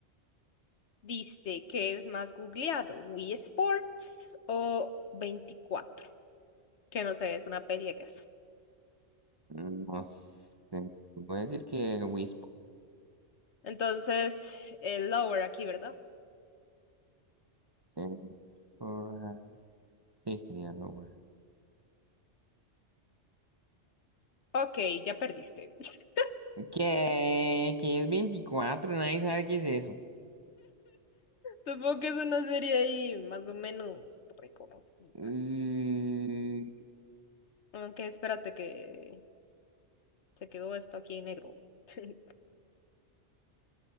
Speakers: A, on the left; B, on the right.
A: Dice que es más googleado, Wii Sports o Veinticuatro. que no sé, es una peli que es.
B: Mm, No sé. Voy a decir que Wisp.
A: Entonces, el lower aquí, ¿verdad?
B: eh, por, ah, sí, sería lo bueno.
A: Ok, ya perdiste. <laughs>
B: ¿Qué? ¿Qué es veinticuatro Nadie sabe qué es eso.
A: Supongo que es una serie ahí más o menos reconocida.
B: Mm,
A: Ok, espérate que se quedó esto aquí en negro. <laughs>